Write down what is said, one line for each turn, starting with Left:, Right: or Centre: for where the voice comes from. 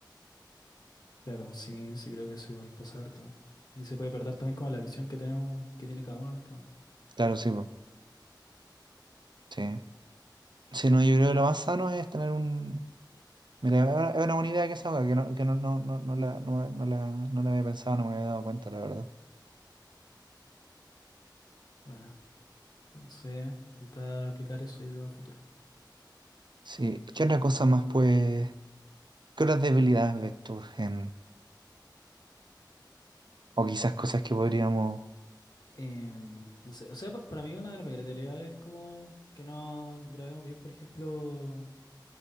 Left: Claro, sí, sí creo que eso igual pasa harto. Y se puede perder también como la visión que tenemos, que tiene cada uno del tema. po.
Right: Claro, sí, po. Sí. Sí, no, yo creo que lo más sano es tener un... Mira, es una es una buena idea que esa, que no, que no, no, no, no la, no, no la, no la había pensado, no me había dado cuenta, la verdad.
Left: Bueno, entonces, intentar aplicar eso yo creo a futuro.
Right: Sí, ¿qué otra cosa más, pues? ¿Qué otras debilidades ves tú en... O quizás cosas que podríamos...
Left: Em, no sé, o sea, pa- para mí una de las mayores debilidades es como que no grabemos bien, por ejemplo,